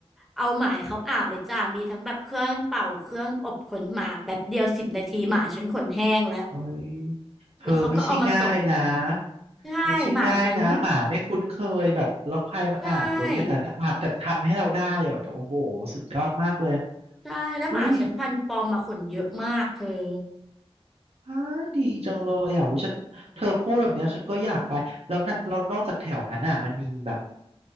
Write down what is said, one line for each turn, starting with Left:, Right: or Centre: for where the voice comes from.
Centre: เอาหมาให้เขาอาบเลยจ้ามีทั้งแบบเครื่องเป่าเครื่องอบขนหมาแป๊บเดียวสิบนาทีหมาฉันขนแห้งแล้ว
Right: อุ้ยเธอไม่ใช่ง่ายนะ
Centre: แล้วเขาก็เอามาส่ง ใช่หมาฉัน
Right: ไม่ใช่ง่ายนะหมาไม่คุ้นเคยแบบแล้วใครมาอาบแล้วเงี้ยแต่ถ้าอาบแต่ทำให้เราได้อะแบบโอ้โหสุดยอดมากเลย
Centre: ใช่ใช่แล้วหมาฉันพันธุ์ปอมมาขนเยอะมากเธอ
Right: เฮ้ย อ้ายดีจังเลยอ่ะหูฉันเธอพูดแบบเนี้ยฉันก็อยากไปแล้วนะแล้วนอกจากแถวนั้นอ่ะมันมีแบบ